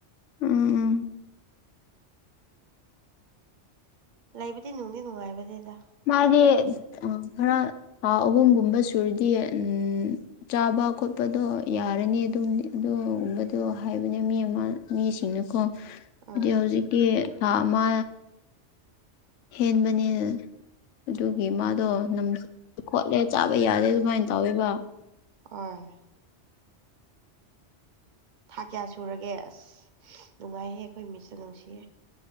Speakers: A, on the left; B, on the right.
A: ꯎꯝ ꯎꯝ
B: ꯂꯩꯕꯗꯤ ꯅꯨꯡꯗꯤ ꯅꯨꯡꯉꯥꯏꯕꯅꯤꯗ
A: ꯃꯥꯗꯤ ꯈꯔ ꯊꯥ ꯑꯍꯨꯝꯒꯨꯝꯕ ꯁꯨꯔꯗꯤ ꯎꯟ ꯆꯥꯕ ꯈꯣꯠꯄꯗꯣ ꯌꯥꯔꯅꯤ ꯑꯗꯨꯝ ꯑꯗꯨꯒꯨꯝꯕꯗꯣ ꯍꯥꯏꯕꯅꯦ ꯃꯤ ꯑꯃ ꯃꯤꯁꯤꯡꯅꯀꯣ
B: ꯎꯝ
A: <unintelligible> ꯍꯧꯖꯤꯛꯇꯤ ꯊꯥ ꯑꯃ ꯍꯦꯟꯕꯅꯦ ꯑꯗꯨꯒꯤ ꯃꯥꯗꯣ ꯅꯝ ꯈꯣꯠꯂꯦ ꯆꯥꯕ ꯌꯥꯗꯦ ꯑꯗꯨꯃꯥꯏꯅ ꯇꯧꯋꯦꯕ
B: ꯑꫭꯏ ꯊꯥ ꯀꯌꯥ ꯁꯨꯔꯒꯦ ꯑꯁ ꯅꯨꯡꯉꯥꯏꯍꯦ ꯑꯩꯈꯣꯏ ꯃꯤꯁꯇꫭ ꯅꯨꯡꯁꯤꯌꯦ